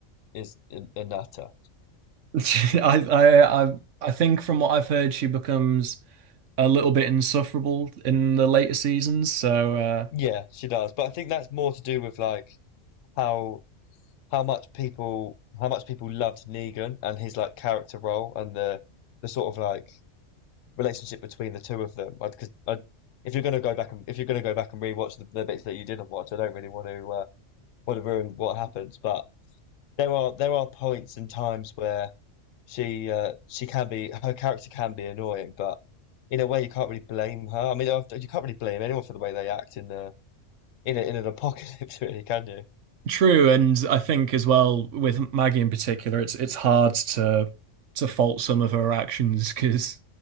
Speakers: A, on the left; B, on the right.
A: is a a nutter.
B: <laughs> I I I I think from what I've heard, she becomes a little bit insufferable in the later seasons. So uh,
A: Yeah, she does. But I think that's more to do with like how how much people how much people loved Negan and his like character role and the the sort of like relationship between the two of them. Because I, 'cause I- if you're gonna go back and if you're gonna go back and rewatch the, the bits that you didn't watch, I don't really want to uh, want to ruin what happens. But there are there are points and times where. she uh, she can be her character can be annoying, but in a way you can't really blame her. I mean, you can't really blame anyone for the way they act in the in a, in an <laughs> apocalypse, really, can you?
B: True, and I think as well with Maggie in particular, it's it's hard to to fault some of her actions because